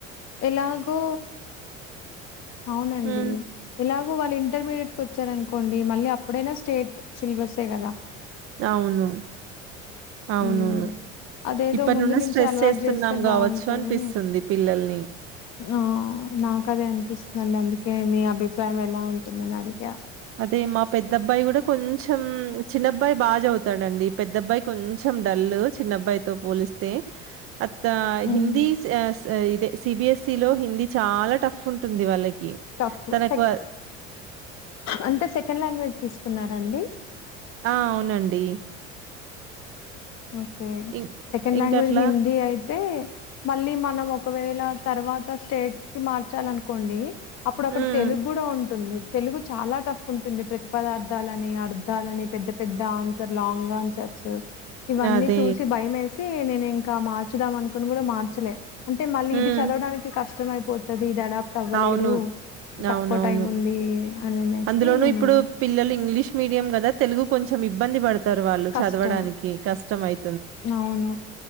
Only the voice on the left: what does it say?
ఎలాగో అవునండి
ఎలాగో వాళ్ళు ఇంటర్మీడియట్ కు వచ్చారను కోండి మళ్ళీ అప్పుడైనా స్టేట్ సిలబస్సే కదా
హ్మ్. అదేదో
ముందు
నుంచే
అలవాటు
జేస్తే బావుంటది.
ఆ నాకదే అనిపిస్తుందండి అందుకే మీ అభిప్రాయం ఎలా ఉంటుందని అడిగా
హ్మ్.
టఫ్
సెక్
అంటే సెకండ్ లాంగ్వేజ్ తీసుకున్నార అండి
ఓకే
సెకండ్
లాంగ్వేజ్ హిందీ అయితే మళ్ళీ మనం ఒకవేళ తర్వాత స్టేట్ కి మార్చాలనుకోండి అప్పుడు అక్కడ
తెలుగుండా ఉంటుంది తెలుగు చాలా టఫ్ ఉంటుంది ప్రతిపదార్థాలని అర్థాలని పెద్ద పెద్ద ఆన్సర్ లాంగ్ ఆన్సర్స్ ఇవన్నీ
చూసి భయమెస్ సి నేను ఇంకా మార్చుదాం అనుకొని కూడా మార్చలే అంటే మళ్ళీ
ఇది చదవడానికి కష్ ష్టమయి పోతది దడ ట్టవ్వలేరు
తక్కువ
టైం ఉంది అననేసి
నేను
కష్టం.
అవును